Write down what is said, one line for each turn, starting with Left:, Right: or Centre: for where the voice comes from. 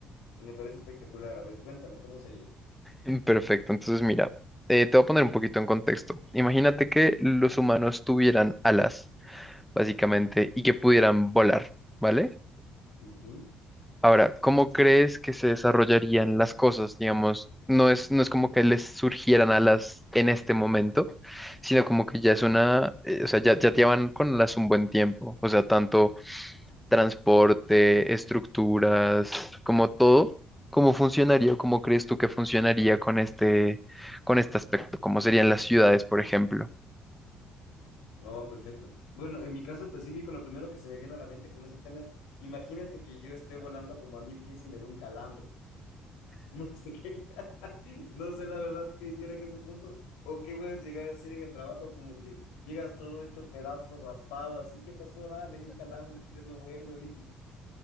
Left: Me parece espectacular. A ver, cuéntame, ¿cómo sería?
Centre: Mm, Perfecto, entonces mira, eh, te voy a poner un poquito en contexto. Imagínate que los humanos tuvieran alas, básicamente, y que pudieran volar, ¿vale?
Left: Ujú.
Centre: Ahora, ¿cómo crees que se desarrollarían las cosas? Digamos, no es, no es como que les surgieran alas en este momento, sino como que ya es una, eh, o sea, ya, ya llevan con las un buen tiempo. O sea, tanto transporte, estructuras, como todo, ¿cómo funcionaría o cómo crees tú que funcionaría con este, con este aspecto? ¿Cómo serían las ciudades, por ejemplo?
Left: Oh, perfecto. Bueno, en mi caso específico, lo primero que se me viene a la mente con ese tema es, imagínate que yo esté volando como a mil pies y me dé un calambre. <laughs> No sé qué, <laughs> no sé la verdad qué hiciera en ese punto o qué puedes llegar a decir en el trabajo como que llegas todo hecho pedazos, raspado, así, ¿qué pasó? Nada, me dio un calambre en pleno vuelo. y.